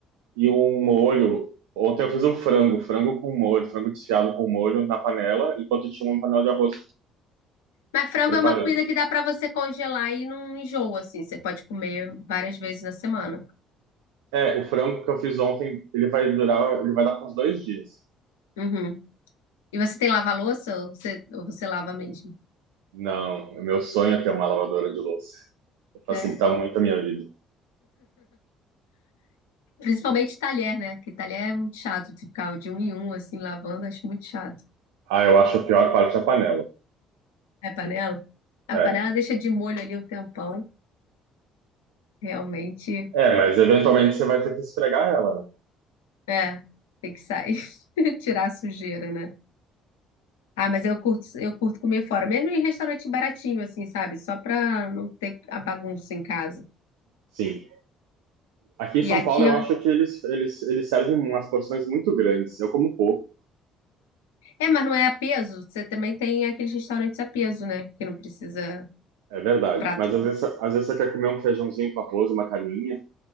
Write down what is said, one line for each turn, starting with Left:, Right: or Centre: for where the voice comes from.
Right: e um molho. Ontem eu fiz um frango, frango com molho, frango desfiado com molho na panela, enquanto tinha uma panela de arroz
Left: Mas frango
Right: preparando.
Left: é uma comida que dá pra você congelar e não enjoa, assim. Você pode comer várias vezes na semana.
Right: É, o frango que eu fiz ontem, ele vai durar, ele vai dar uns dois dias.
Left: Uhum. E você tem lava-louça ou você, ou você lava mesmo?
Right: Não, o meu sonho é ter uma lavadora de louça. Facilita
Left: É.
Right: muito a minha vida.
Left: Principalmente talher, né? Porque talher é muito chato de ficar de um em um, assim, lavando, acho muito chato.
Right: Ah, eu acho a pior parte a panela.
Left: É panela? A
Right: É,
Left: panela deixa de molho ali um tempão. Realmente,
Right: é, mas eventualmente você vai ter que esfregar ela, né?
Left: é, tem que sair, <laughs> tirar a sujeira, né? Ah, mas eu curto, eu curto comer fora, mesmo em restaurante baratinho, assim, sabe? Só pra não ter a bagunça em casa.
Right: Sim. Aqui em
Left: E
Right: São
Left: aqui,
Right: Paulo, eu
Left: ó,
Right: acho que eles, eles, eles servem umas porções muito grandes. Eu como pouco,
Left: é, mas não é a peso. Você também tem aqueles restaurantes a peso, né? Que não precisa
Right: é verdade.
Left: prato.
Right: Mas às vezes, às vezes você quer comer um feijãozinho com arroz, uma carninha,